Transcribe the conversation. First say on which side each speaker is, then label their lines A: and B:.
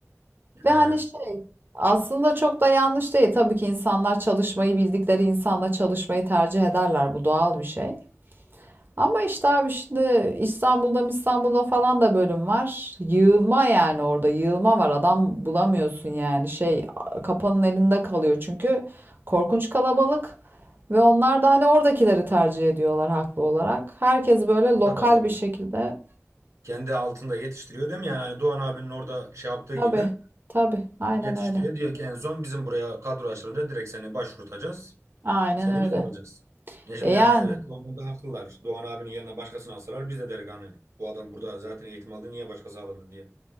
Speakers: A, on the right; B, on the right.
A: He.
B: Ve hani şey aslında çok da yanlış değil. Tabii ki insanlar çalışmayı bildikleri insanla çalışmayı tercih ederler. Bu doğal bir şey. Ama işte abi şimdi İstanbul'da İstanbul'da falan da bölüm var. Yığılma yani orada yığılma var. Adam bulamıyorsun yani şey kapanın elinde kalıyor çünkü korkunç kalabalık. Ve onlar da hani oradakileri tercih ediyorlar haklı olarak. Herkes böyle lokal
A: Tabii adam
B: bir şekilde.
A: kendi altında yetiştiriyor değil mi? Yani hani Doğan abinin orada şey yaptığı
B: Tabii
A: gibi
B: tabii aynen
A: yetiştiriyor.
B: öyle.
A: Diyor ki en son bizim buraya kadro açılınca direkt seni başvurtacağız.
B: Aynen
A: Seni
B: öyle.
A: biz alacağız. Ya şimdi
B: E yani.
A: yani evet o konuda haklılar. Doğan abinin yerine başkasını alsalar biz de deriz hani bu adam burada zaten eğitim aldı niye başkası alındı diye.